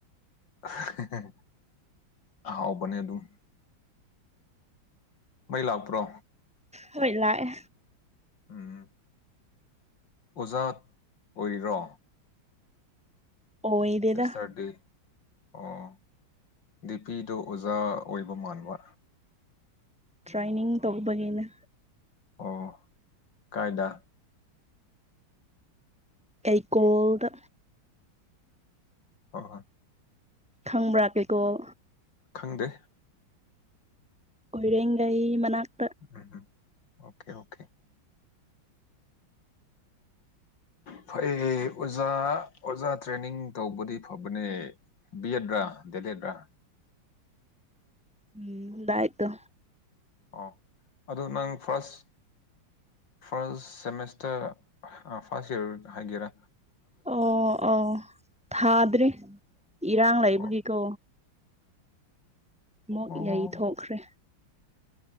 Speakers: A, on the left; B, in the centre.
A: ꯍꯥꯍꯥ ꯍꯥꯎꯕꯅꯦ ꯑꯗꯨꯝ ꯃꯩ ꯂꯥꯛꯄ꯭ꯔꯣ
B: ꯍꯣꯏ ꯂꯥꯛꯑꯦ
A: ꯎꯝ ꯑꯣꯖꯥ ꯑꯣꯏꯔꯤꯔꯣ
B: ꯑꯣꯢꯗꯦꯗ
A: ꯁꯤꯁꯇꯔꯗꯤ ꯑꯣ ꯗꯤꯄꯤꯗꯣ ꯑꯣꯖꯥ ꯑꯣꯏꯕ ꯃꯥꯟꯕ
B: ꯇ꯭ꯔꯦꯟꯅꯤꯡ ꯇꯧꯕꯒꯤꯅꯦ
A: ꯑꯣ ꯀꯥꯏꯗ
B: ꯀꯩꯀꯣꯜꯗ
A: ꯍꯣ ꯍꯣꯏ
B: ꯈꯪꯕ꯭ꯔꯥ ꯀꯩꯀꯣꯜ
A: ꯈꯪꯗꯦ
B: ꯀꯣꯢꯔꯦꯡꯂꯩ ꯃꯅꯥꯛ
A: ꯎꯝ ꯎꯝ ꯑꯣꯀꯦ ꯑꯣꯀꯦ ꯐꯩꯌꯦ ꯑꯣꯖꯥ ꯑꯣꯖꯥ ꯇ꯭ꯔꯦꯅꯤꯡ ꯇꯧꯕꯗꯤ ꯐꯕꯅꯦ ꯕꯤꯑꯦꯗꯔꯥ ꯑꯦꯗꯦꯗꯔꯥ
B: ꯎꯝ ꯗꯥꯏꯠꯇꯣ
A: ꯑꯣ ꯑꯗꯣ ꯅꯪ first first semester first year ꯍꯥꯏꯒꯦꯔ
B: ꯑꯣ ꯑꯣ ꯊꯥꯗ꯭ꯔꯤ ꯏꯔꯥꯡ ꯂꯩꯕꯒꯤꯀꯣ
A: ꯑꯣ
B: ꯑꯃꯨꯛ
A: ꯑꯣ
B: ꯌꯩ ꯊꯣꯛꯈ꯭ꯔꯦ